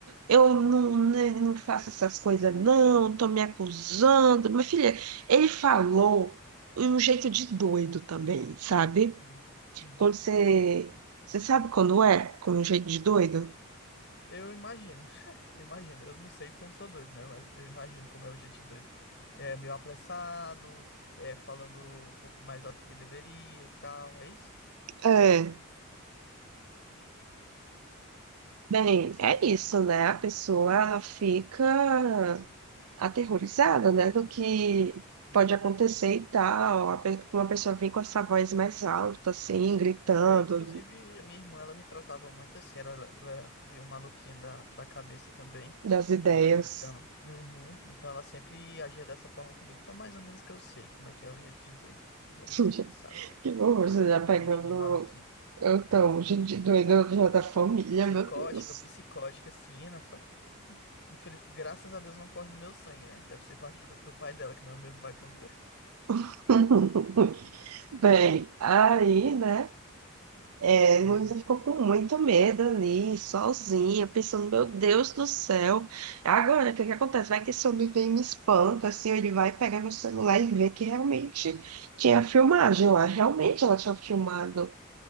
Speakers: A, on the right (about 80°); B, on the left (about 50°).
A: Eu não, né, não faço essas coisas, não, tô me acusando. Minha filha, ele falou de um jeito de doido também, sabe?
B: uhum, uhum.
A: Quando você. Você sabe quando é? Com um jeito de doido?
B: Eu imagino, <laughs> eu imagino, eu não sei porque eu não sou doido, né? Mas eu imagino como é o jeito de doido. É meio apressado, é falando um pouco mais alto que deveria e tal, é isso?
A: É. Bem, é isso, né? A pessoa fica aterrorizada, né? Do que
B: Uhum.
A: pode acontecer e tal. A pe- Uma pessoa vem com essa voz mais alta, assim, gritando
B: É, inclusive, a minha irmã, ela me tratava muito assim, ela, ela era meio maluquinha da, da cabeça também.
A: das ideias.
B: Então, uhum, então ela sempre agia dessa forma comigo. Então, mais ou menos que eu sei como é que é o jeito de doido, igual
A: <laughs>
B: você disse, sabe?
A: Que horror, você já pegando.
B: Jeito de maluquinho.
A: Então, gente doida já da família,
B: Psicótica,
A: meu Deus.
B: psicótica, sim, na família. Infeliz... Graças a Deus não corre no meu sangue, né? Deve ser parte do, do pai dela, que não é o mesmo pai que o meu.
A: <laughs> Bem, aí, né? É,
B: Uhum,
A: Luísa ficou com muito medo ali, sozinha, pensando, meu Deus do céu. Agora, o que que acontece? Vai que esse homem vem e me espanta, assim, ou ele vai pegar meu celular e ver que realmente tinha filmagem lá, realmente ela tinha filmado.